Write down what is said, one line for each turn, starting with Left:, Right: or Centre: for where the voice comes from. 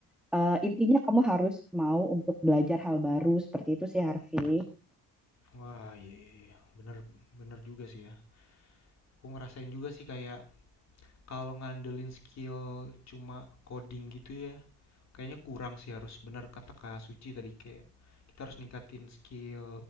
Centre: Eh, intinya kamu harus mau untuk belajar hal baru seperti itu sih Harvey.
Left: Wah, iya, iya, iya. Benar, benar juga sih ya. Aku ngerasain juga sih kayak kalau ngandelin skill cuma coding gitu ya, kayaknya kurang sih harus benar kata Kak Suci tadi kayak kita harus ningkatin skill